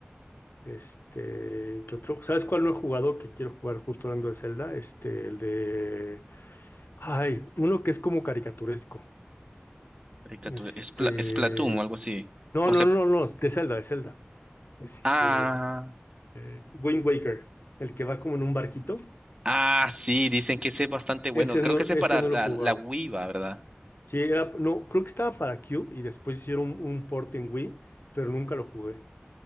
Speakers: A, on the left; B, on the right.
A: Este, ¿qué otro? ¿Sabes cuál no he jugado que quiero jugar justo hablando de Zelda? Este, el de... Ay, uno que es como caricaturesco.
B: Caricatura,
A: Este...
B: es pla- es Splatoon o algo así.
A: No,
B: O
A: no,
B: sea,
A: no, no, de Zelda, de Zelda. Este,
B: ah,
A: eh, Wind Waker, el que va como en un barquito.
B: ah, sí, dicen que ese es bastante bueno.
A: Ese
B: Creo
A: no,
B: que ese
A: ese
B: es para
A: no
B: la,
A: lo he jugado.
B: la Wii, va, ¿verdad?
A: Sí, era, no, creo que estaba para Cube y después hicieron un, un port en Wii, pero nunca lo jugué.